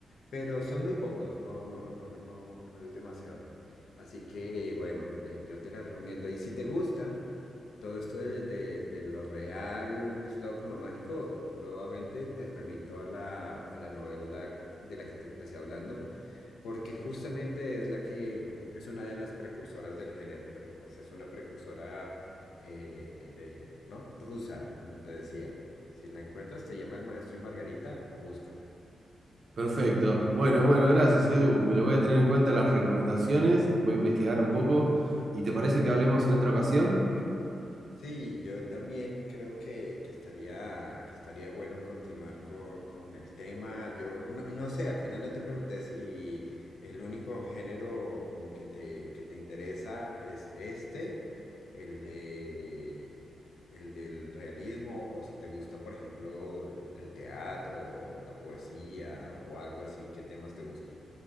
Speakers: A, on the left; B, on the right.
A: pero son muy pocos, no, no, no, no, no es demasiado. Así que bueno, eh, yo te la recomiendo. Y si te gusta todo esto de, de- de lo real mezclado con lo mágico, nuevamente te remito a la, a la novela de la que te empecé hablando, porque justamente es la que es una de las precursoras del género, pero pues es una precursora eh, eh, de, ¿no? Rusa, como te decía. Si la encuentras, te llama El Maestro y Margarita, búscala.
B: Perfecto. Bueno, bueno, gracias, Edu. Me lo voy a tener en cuenta las recomendaciones, voy a investigar un poco. ¿Y te parece que hablemos en otra ocasión?
A: Sí, yo también creo que, que estaría, que estaría bueno continuar co- con, el tema. Yo no, no sé, al final no te pregunté si el único género como que te, que te interesa es este, el de, el del realismo, o si te gusta, por ejemplo, el teatro, o la poesía, o algo así, ¿qué temas te gustan?